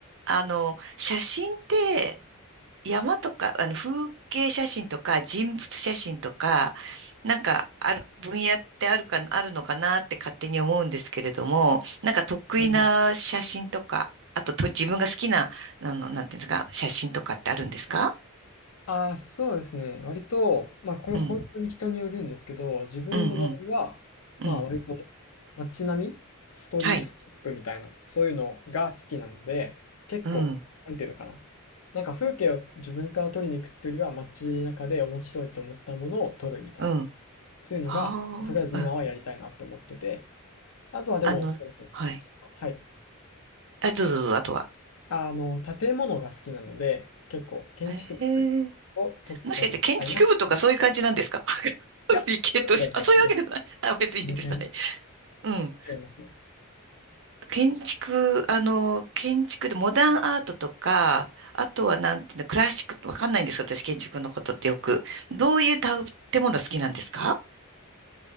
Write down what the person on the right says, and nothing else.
あの、写真って山とか、あの、風景写真とか人物写真とか、なんかある、分野ってあるか、あるのかなって勝手に思うんですけれども、なんか得意な写真とか、
あと、と自分が好きな、あの、なんていうんですか、写真とかってあるんですか
うん、
うん、うん、うん。
はい。
うん、
うん。は
あ、
うん
あの、
はい。
あ、どうぞどうぞ、あとは。
ええもしかして建築部とかそういう感じなんですか <laughs>
理系とし、
<laughs> あ、そういうわけではない。あ、別にいいです。
はい。うん。
建築、あの、建築でモダンアートとか、あとはなんていうの、クラシック、わかんないんですか私、建築のことってよく。どういう建物好きなんですか